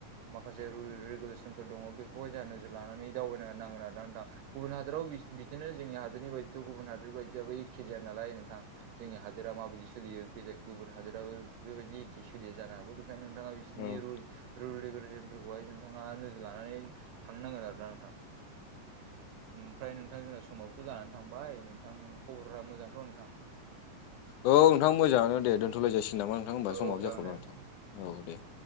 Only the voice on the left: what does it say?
औ औ
औ नोंथां मोजाङानो दे दोनथ'लायजा सिगोन नामा नोंथां होमबा
समावो
जाख'बाय
माथो
औ दे।